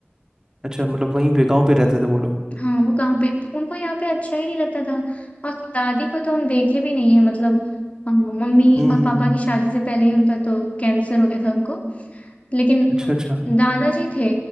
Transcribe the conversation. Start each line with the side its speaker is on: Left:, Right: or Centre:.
Right: अच्छा मतलब वहीं पे गाँव पे रहते थे वो लोग
Left: हाँ वो कहाँ पे उनको यहाँ पे अच्छा ही नहीं लगता था और दादी को तो हम देखे भी नहीं है मतलब अ, मम्मी
Right: हम्म
Left: और
Right: हम्म
Left: पापा
Right: हम्म।
Left: की शादी से पहले ही उनका तो कैंसर हो गया था उनको लेकिन
Right: अच्छा अच्छा
Left: दादाजी थे